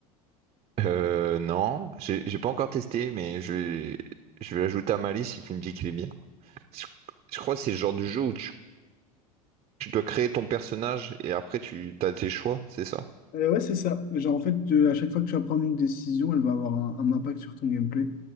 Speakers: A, on the right; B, on the left.
A: Euh non, j'ai j'ai pas encore testé, mais je vais je vais l'ajouter à ma liste si tu me dis qu'il est bien. Je, je crois que c'est le genre de jeu où Tu dois créer ton personnage et après tu as tes choix, c'est ça?
B: Euh, ouais, c'est ça. Genre, en fait, euh, à chaque fois que tu vas prendre une décision, elle va avoir un, un impact sur ton gameplay.